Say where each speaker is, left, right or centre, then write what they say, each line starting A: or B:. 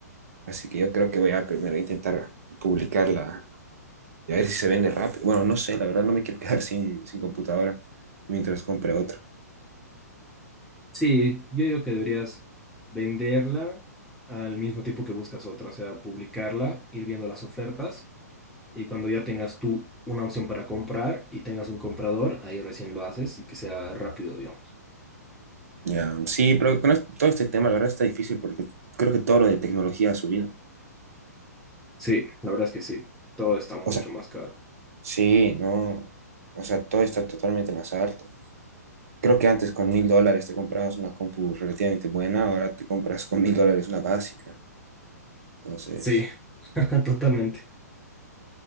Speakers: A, on the right; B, in the centre.
A: Así que yo creo que voy a primero intentar publicarla y a ver si se vende rápido. Bueno, no sé, la verdad no me quiero <laughs> quedar sin, sin computadora mientras compre otra.
B: Sí, yo digo que deberías venderla al mismo tiempo que buscas otra, o sea, publicarla, ir viendo las ofertas y cuando ya tengas tú una opción para comprar y tengas un comprador, ahí recién lo haces y que sea rápido, digamos.
A: Ya, Sí, pero con es- todo este tema, la verdad está difícil porque creo que todo lo de tecnología ha subido.
B: Sí, la verdad es que sí, todo está mucho
A: O sea,
B: más caro.
A: sí, no, o sea, todo está totalmente más alto. Creo que antes con mil dólares te comprabas una compu relativamente buena, ahora te compras con mil dólares una básica. Entonces,
B: Sí, <laughs> totalmente.